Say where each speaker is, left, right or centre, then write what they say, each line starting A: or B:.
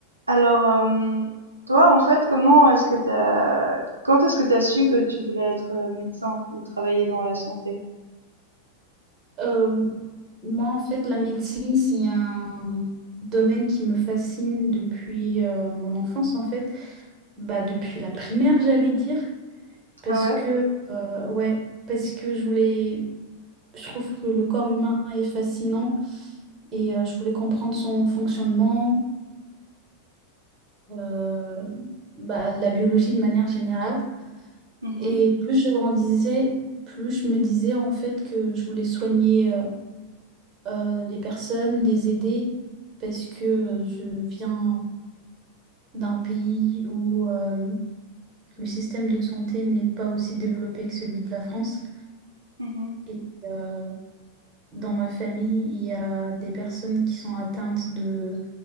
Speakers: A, on the right (about 80°); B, on the right (about 30°).
A: Alors, euh, toi, en fait, comment est-ce que t'as, quand est-ce que t'as su que tu voulais être euh, médecin ou travailler dans la santé?
B: Euh, moi, en fait, la médecine, c'est un domaine qui me fascine depuis euh, mon enfance, en fait. Bah, depuis la primaire, j'allais dire, parce
A: Ah ouais?
B: que, euh, ouais, parce que je voulais, je trouve que le corps humain est fascinant et euh, je voulais comprendre son fonctionnement, euh, bah, la biologie de manière générale.
A: Mhm,
B: Et plus je grandissais, plus je me disais, en fait, que je voulais soigner. euh, euh, les personnes, les aider, parce que euh, je viens d'un pays où euh, le système de santé n'est pas aussi développé que celui de la France.
A: mhm.
B: Et euh, dans ma famille, il y a des personnes qui sont atteintes de